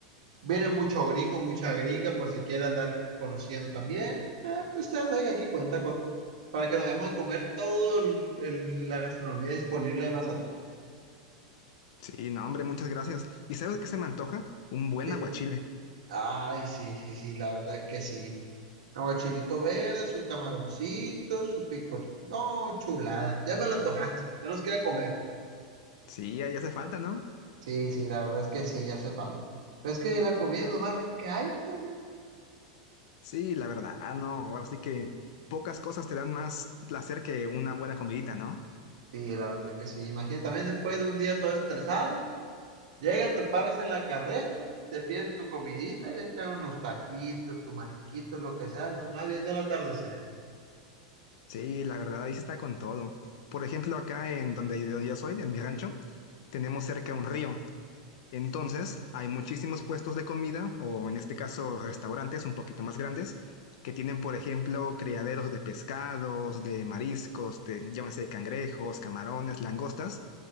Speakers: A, on the right; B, on the left.
A: Vienen muchos gringos, muchas gringas, por si quieren andar conociendo también. Eh, pues ustedes saben que aquí cuenta con, para que nos vayamos a comer toda la gastronomía disponible de Mazatlán.
B: Sí, no, hombre, muchas gracias. ¿Y sabes qué se me antoja? Un buen
A: qué
B: aguachile.
A: ay, sí, sí, sí, la verdad que sí. Aguachilito verde, sus camaroncitos, su picor. No, chulada. Ya me lo antojaste. Tenemos que ir a comer.
B: Sí, ya, ya hace falta, ¿no?
A: Sí, sí, la verdad es que sí, ya hace falta. Pero es que la comida es lo más rico que hay, pues. eh.
B: Sí, la verdad, no. Ahora sí que pocas cosas te dan más placer que una buena comidita, ¿no?
A: Sí, la verdad que sí. Imagínate también después de un día todo estresado. Llegas, te paras en la carreta, te pides tu comidita, ya sea unos taquitos, tu mariquito, lo que sea, nomás viendo el atardecer.
B: Sí, la verdad, ahí sí está con todo. Por ejemplo, acá en donde, donde yo soy, en mi rancho, tenemos cerca un río. Entonces, hay muchísimos puestos de comida, o en este caso restaurantes un poquito más grandes, que tienen, por ejemplo, criaderos de pescados, de mariscos, de, llámese cangrejos, camarones, langostas.